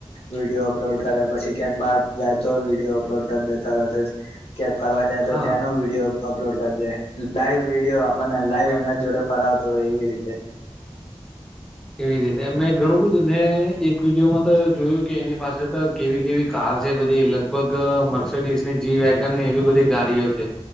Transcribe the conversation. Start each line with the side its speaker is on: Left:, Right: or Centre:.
Left: વિડીયો અપલોડ કરે પછી ક્યાંક બહાર જાય તો વિડીયો અપલોડ કરી દેતા રહે ક્યા ફરવા જાય તો
Centre: હા
Left: ત્યાંનો વિડીયો અપલોડ કરી દે લાઈવ વિડીયો આપણને લાઈવ એમના જોડે ફરાવતો હોય એવી રીતે
Centre: એવી રીતે મેમે ઘણું બધું ને એક વિડીયોમાં તો જોયું કે એની પાસે તો કેવી કેવી કાર છે બધી લગભગ મર્સડીઝ ને જી વેગન ને એવી બધી ગાડીઓ છે